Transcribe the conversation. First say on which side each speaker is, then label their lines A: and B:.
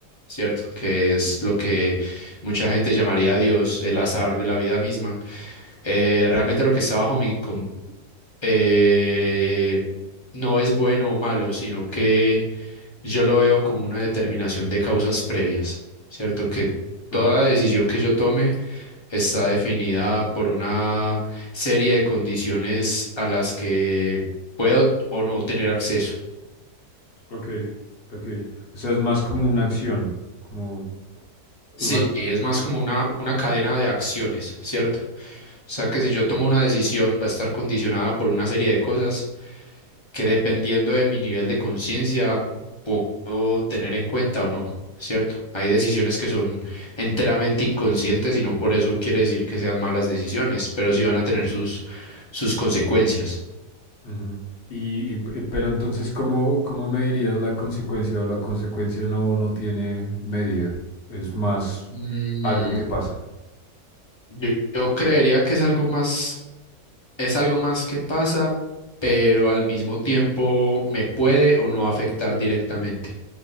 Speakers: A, on the left; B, on the left.
A: ¿cierto? Que es lo que mucha gente llamaría Dios, el azar de la vida misma. Eh, realmente lo que está bajo mi... con- eh, no es bueno o malo, sino que yo lo veo como una determinación de causas previas, ¿cierto? Que
B: Ok,
A: toda decisión que yo tome está definida por una serie de condiciones a las que puedo o no tener acceso.
B: ok, ok. O sea, es más como una acción, como
A: Sí,
B: la...
A: es más como una, una cadena de acciones, ¿cierto? O sea que si yo tomo una decisión va a estar condicionada por una serie de cosas que dependiendo de mi nivel de conciencia puedo tener en cuenta o no, ¿cierto? Hay decisiones que son enteramente inconscientes y no por eso quiere decir que sean malas decisiones, pero sí van a tener sus, sus consecuencias.
B: Ujú. Y, y pe- pero entonces, ¿cómo, cómo medirías la consecuencia o la consecuencia no, no tiene medida? Es más
A: Mm,
B: algo que pasa.
A: yo, yo creería que es algo más, es algo más que pasa, pero al mismo tiempo me puede o no afectar directamente,